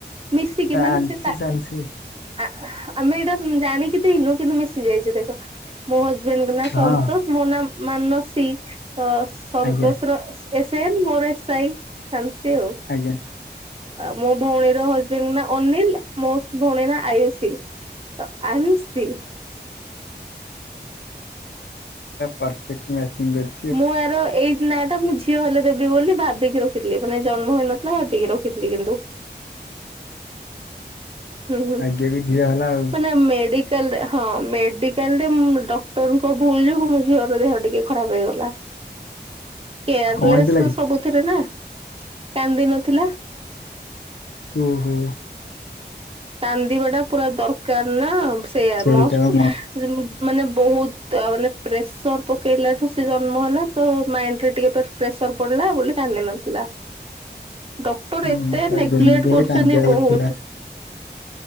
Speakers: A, on the right; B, on the left.
A: ମିଶିକି ମାନେ
B: ଆନ୍ସି
A: ସେ
B: ସାନ୍ସି
A: ଆ ଆମେ ଏଇଟା ଜାଣିକି ଦେଇନୁ କିନ୍ତୁ ମିଶି ଯାଇଛି ଦେଖ। ମୋ ହଜବେଣ୍ଡଙ୍କ ନାଁ
B: ହଁ
A: ସନ୍ତୋଷ। ମୋ ନାଁ ମାନସୀ ସନ୍ତୋଷ
B: ଆଜ୍ଞା
A: ର ଏସ ଏନ ମୋର ଏସ ଆଇ ଆଉ ଚାଲିଛି ଆଉ।
B: ଆଜ୍ଞା।
A: ମୋ ଭଉଣୀର ହଜବେଣ୍ଡଙ୍କ ନାଁ ଅନିଲ ମୋ ଭଉଣୀ ନାଁ ଆୟୁଷୀ। ତ ଆନସି।
B: ପରଫେକ୍ଟ ମ୍ୟାଚିଂ କରି
A: ମୁଁ ଆର ଏଇ ନା ତ ମୁଁ ଝିଅ ହେଲେ ଦେବି ବୋଲି ଭାବିକି ରଖିଥିଲି ମାନେ ଜନ୍ମ ହେଇନଥିଲା ଭାବିକି ରଖିଥିଲି କିନ୍ତୁ। ହୁଁ ହୁଁ
B: ଆଜ୍ଞାକୁ ଝିଅ ହେଲା ଆଉ
A: ମାନେ ମେଡିକ୍ କାଲରେ ହଁ ମେଡିକାଲ ରେ ଡକ୍ଟରଙ୍କ ଭୁଲ ଯୋଗୁଁ ମୋ ଝିଅର ଦେହ ଟିକେ ଖରାପ୍ ହେଇଗଲା। କେୟାର
B: କଣ
A: ଲେସ୍
B: ହେଇଥିଲା କି
A: ଥିରେ ନା କାନ୍ଦି ନଥିଲା।
B: ଓ ହୋ।
A: କାନ୍ଦିବା ଟା ପୁରା ଦରକାର ନା ସେୟା
B: ସେଇଟା
A: ମଷ୍ଟ
B: ବା
A: ମାନେ ବହୁତ ମାନେ ପ୍ରେସର ପକେଇଲା ଠୁ ସେ ଜନ୍ମ ହେଲା ତ ମାଇଣ୍ଡ ରେ ଟିକେ ପ୍ରେସର ପଡିଲା ବୋଲି କାନ୍ଦିିନଥିଲା। ଡକ୍ଟର
B: ହୁଁ
A: ଏତେ
B: ଆଉ
A: ନେଗଲେକ୍ଟ
B: ଯେମିତି ହେଲେ
A: କରୁଛନ୍ତି
B: କାନ୍ଦିବାକୁ
A: ବହୁତ।
B: ଥିଲା